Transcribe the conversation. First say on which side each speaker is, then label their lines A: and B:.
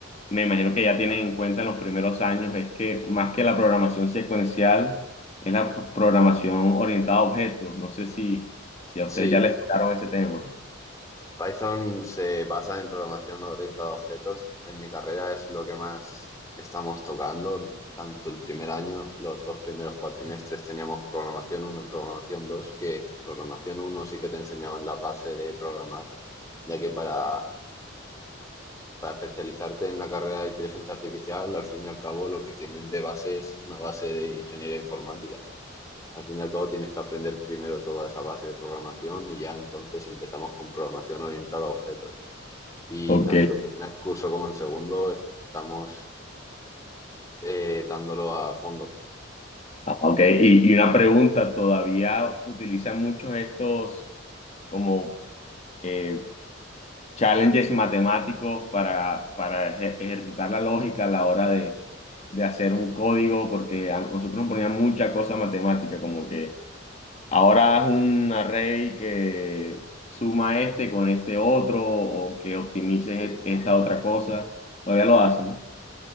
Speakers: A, on the left (about 30°); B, on the left (about 15°).
A: me imagino que ya tienen en cuenta en los primeros años es que más que la programación secuencial, es la p- programación orientada a objetos. No sé si, si a
B: Sí,
A: ustedes ya les tocaron ese tema.
B: Python se basa en programación orientada a objetos. En mi carrera es lo que más estamos tocando. Tanto el primer año, los dos primeros cuatrimestres teníamos programación uno y programación 2, que programación uno sí que te enseñaban la base de programar, ya que para, para especializarte en la carrera de inteligencia artificial, al fin y al cabo lo que tienes de base es una base de ingeniería informática. Al fin y al cabo tienes que aprender primero toda esa base de programación y ya entonces empezamos con programación orientada a objetos. Y
A: Ok,
B: tanto en primer curso como en segundo estamos eh, dándolo a fondo.
A: ah, ok, y, y una pregunta, ¿todavía utilizan muchos estos como... eh, challenges matemáticos para, para eje- ejercitar la lógica a la hora de, de hacer un código, porque a nosotros nos ponían mucha cosa matemática, como que ahora es un array que suma este con este otro o que optimices
B: Sí.
A: e- esta otra cosa. Todavía lo hacen.